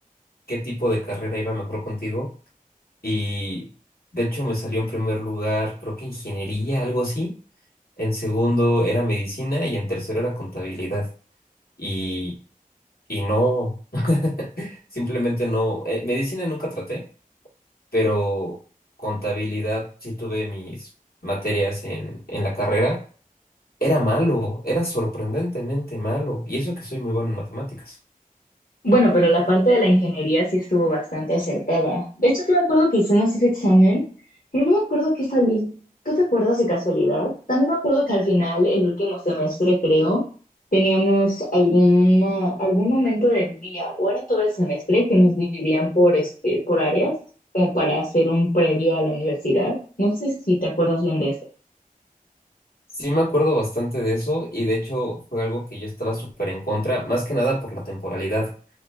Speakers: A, on the left; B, on the left.
A: qué tipo de carrera iba mejor contigo. Y de hecho me salió en primer lugar, creo que ingeniería, algo así. En segundo era medicina y en tercero era contabilidad. Y, y no, <laughs> simplemente no. eh, medicina nunca traté, pero contabilidad sí tuve mis materias en, en la carrera Era malo, era sorprendentemente malo, y eso que soy muy bueno en matemáticas.
B: Bueno, pero la parte de la ingeniería sí estuvo bastante acertada. De hecho, sí me acuerdo que hicimos ese examen, pero no me acuerdo qué salí. ¿Tú te acuerdas de casualidad? También me acuerdo que al final, el último semestre, creo, teníamos alguna, algún momento del día, o era todo el semestre, que nos dividían por, este, por áreas, como para hacer un previo a la universidad. No sé si te acuerdas bien de eso.
A: Sí me acuerdo bastante de eso, y de hecho fue algo que yo estaba súper en contra, más que nada por la temporalidad.